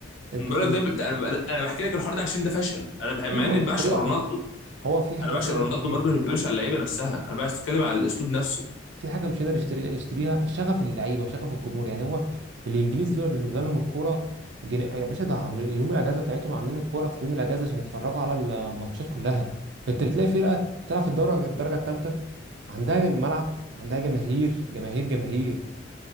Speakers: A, on the right; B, on the left.
A: انتوا
B: انا بقول لك ده ب... ده انا ب... انا بحكي لك الحوار ده عشان ده فشل انا بح... مع
A: ايوه
B: اني بعشق
A: اصل هو
B: رونالدو
A: هو في حاجه
B: انا بعشق
A: مش هيقدر
B: رونالدو
A: يشتريها
B: برضه ما بتكلمش على اللعيبه نفسها انا بتكلم على الاسلوب نفسه
A: في حاجه مش قادر يشتري يشتريها شغف اللعيبه شغف الجمهور يعني هو الانجليز دول بالنسبه لهم الكوره جن... يا باشا ده عامل- يوم الاجازه بتاعتهم عاملين الكوره في يوم الاجازه عشان يتفرجوا على الماتشات كلها انت بتلاقي فرقه بتلعب في الدوره الدرجه الثالثه عندها جن- ملعب وعندها جماهير جماهير جماهير